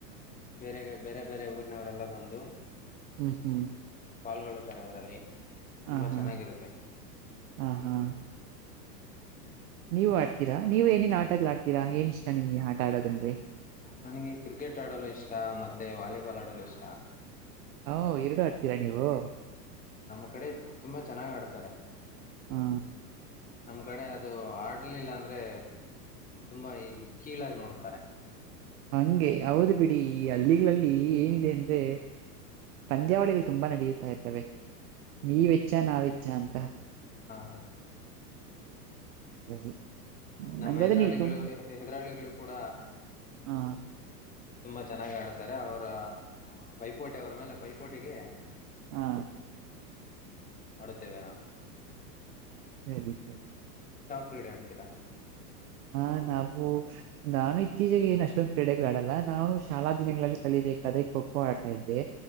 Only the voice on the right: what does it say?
ಹ್ಮ್ ಹ್ಮ್.
ಹ ಹಾ
ಹಾ ಹಾ ನೀವು ಆಡ್ತೀರಾ ನೀವ ಏನೇನ್ ಆಟ ಆಡ್ತೀರಾ ಏನ್ ಇಷ್ಟ ನಿಮ್ಗೆ ಆಟ ಆಡೋದಂದ್ರೆ.
ಹ ಎರಡು ಆಡ್ತೀರಾ ನೀವು.
ಹಾ.
ಹಂಗೆ ಹೌದು ಬಿಡಿ ಈ ಹಳ್ಳಿಗಳಲ್ಲಿ ಏನಿದೆ ಅಂದ್ರೆ ಪಂದ್ಯಾವಳಿಗಳು ತುಂಬಾ ನಡೆಯುತ್ತಾ ಇ ನೀವೆಚ್ಚ ನಾವೆಚ್ಚ ಅಂತ.
ಸರಿ
ಹಂಗಾದ್ರೆ
ನೀವು ತುಮ್
ಹ
ಹಾ
<unintelligible>
ಹಾ ನಾವು ನಾನು ಇತ್ತೀಚೆಗೆ ಏನ ಅಷ್ಟೊಂದು ಕ್ರಡೆಗ್ಡಲ್ಲ ನಾನೂ ಶಾಲಾ ದಿನಗಳಲ್ಲಿ ಕಲಿಬೇಕ ಅದೇ ಖ ಖೋ ಆಡ್ತಾ ಇದ್ದೆ